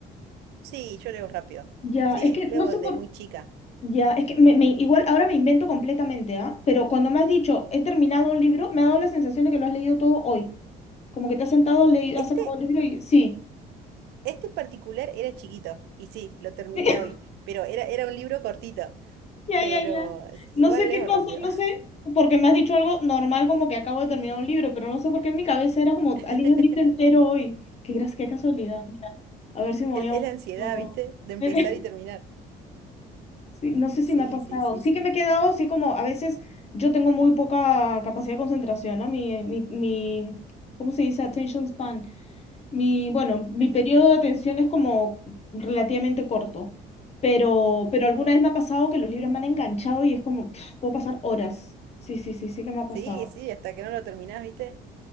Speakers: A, on the right (about 80°); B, on the left (about 40°).
A: Sí, yo leo rápido.
B: Ya,
A: Sí,
B: es que
A: leo
B: no sé
A: desde
B: por,
A: muy chica.
B: Ya, es que me, me- igual ahora me invento completamente, ¿ah? Pero cuando me has dicho, he terminado un libro, me ha dado la sensación de que lo has leído todo hoy. Como que te has sentado, has leído,
A: Este,
B: has sacado el libro y sí.
A: este en particular era chiquito, y sí, lo terminé
B: <laughs>
A: hoy, pero era, era un libro cortito,
B: Ya,
A: pero
B: ya, ya.
A: es-
B: No
A: igual
B: sé
A: leo
B: qué cosa,
A: rápido.
B: no sé, porque me has dicho algo normal como que acabo de terminar un libro, pero no sé por qué en mi cabeza era como,
A: <laughs>
B: ha leído un libro entero hoy. Qué, gra- qué casualidad. Mira, a ver si me voy
A: Es
B: a...
A: es la ansiedad,
B: no.
A: ¿viste? De empezar
B: <laughs>
A: y terminar.
B: Sí, no sé si
A: Sí,
B: me ha pasado.
A: sí, sí,
B: Sí
A: sí.
B: que me he quedado así como a veces yo tengo muy poca capacidad de concentración, ¿no? Mi, mi, mi, ¿cómo se dice? Attention span. Mi, bueno,
A: <laughs>
B: mi periodo de atención es como relativamente corto, pero, pero alguna vez me ha pasado que los libros me han enganchado y es como, pf, puedo pasar horas. Sí, sí, sí, sí que me ha
A: Sí,
B: pasado.
A: sí, hasta que no lo terminás, ¿viste?